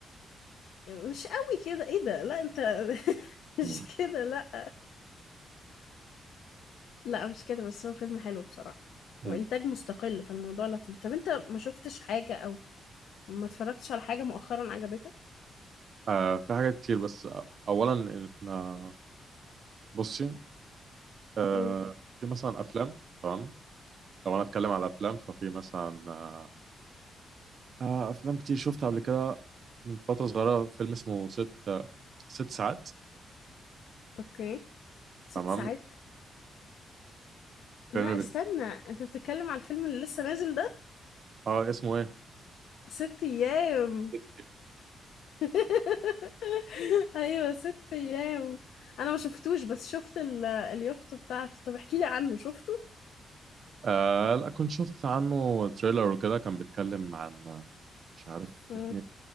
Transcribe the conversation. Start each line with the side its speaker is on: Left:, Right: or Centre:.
Left: مش قوي كده ايه ده لا انت <laughs> مش
Right: <laughs>
Left: كده لا لا مش كده بس هو فيلم حلو بصراحة
Right: مم.
Left: وانتاج مستقل فالموضوع لطيف طب انت ما شفتش حاجة او ما اتفرجتش على حاجة مؤخرا عجبتك
Right: آه. في حاجات كتير بس اولا احنا بصي آه.
Left: مم.
Right: في مثلا افلام تمام لو انا اتكلم على افلام ففي مثلا آه، آه، افلام كتير شفتها قبل كده من فتره صغيره فيلم اسمه ست آه، ست ساعات
Left: اوكي ست
Right: تمام
Left: ساعات
Right: فيلم
Left: لا استنى
Right: بت...
Left: انت بتتكلم على الفيلم اللي لسه نازل ده
Right: اه اسمه ايه
Left: ست ايام
Right: يب.
Left: <laughs> ايوه ست ايام انا ما شفتوش بس شفت ال- اليافطة بتاعته طب احكي لي عنه شفته
Right: آه لا كنت شفت عنه تريلر وكده كان بيتكلم عن آه، مش عارف
Left: مم.
Right: اتنين